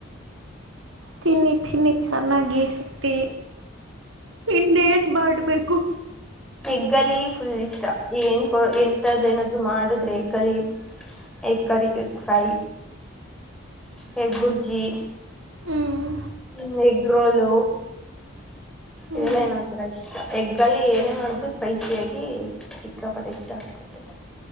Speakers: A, on the right; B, in the centre.
A: ತಿನ್ನಿ ತಿನ್ನಿ ಚೆನ್ನಾಗಿ ಈ ಶಕ್ತಿ ಇನ್ನ ಏನ್ ಮಾಡ್ಬೇಕು
B: ಯಗ್ಗ ಲೀ ಫುಲ್ ಇಷ್ಟ ಏನ್ ಇಂತದೆ ಏನಾದ್ರು ಮಾಡಿದ್ರೆ ಹೆಗ್ಗಳ ಹೆಗ್ ಕರಿ ಫ್ರೈ ಹೆಗ್ ಗುರ್ಜಿ
A: ಹ್ಮ್
B: ಹ ಎಗ್ ರೋಲು
A: ಹ್ಮ್
B: ಇದೆಲ್ಲ ಏನೋ ಒಂತರ ಇಷ್ಟ ಎಗ್ ಅಲ್ಲಿ ಏನೇ ಮಾಡೋದು ಸ್ಪೈಸಿಯಾಗಿ ಸಿ ಕ್ಕಾಪಟೆ ಇಷ್ಟ ಆಗ್ತುತ್ತೆ